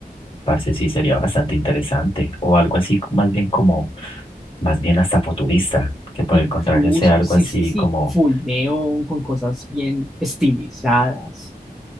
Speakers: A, on the left; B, in the centre.
A: parce, sí, sería bastante interesante. O algo así, co- más bien como, más bien hasta futurista, que por
B: Incluso,
A: el contrario sea algo
B: sí,
A: así
B: sí, sí,
A: como,
B: full neón, con cosas bien estilizadas,